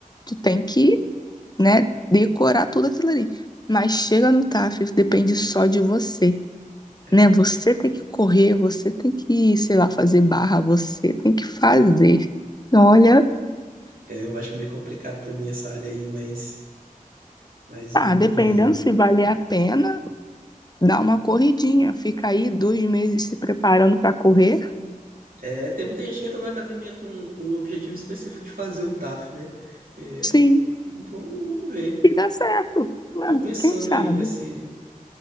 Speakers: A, on the left; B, on the right.
A: Tu tem que, né, decorar tudo aquilo ali. Mas chega no TAF, depende só de você,
B: é,
A: né? Você tem que correr, você tem que, sei lá, fazer barra, você tem que fazer. Olha,
B: é, eu acho meio complicado pra mim essa área aí, mas, mas
A: ah,
B: vamos
A: dependendo
B: vendo.
A: se valer a pena, dá uma corridinha. Fica aí dois meses se preparando para correr.
B: É, tem muita gente que entra na academia com o objetivo específico de fazer o TAF, né? É,
A: Sim.
B: então, vamos, vamos ver.
A: E dá certo, né?
B: Tô pensando
A: Quem sabe?
B: aí nesse,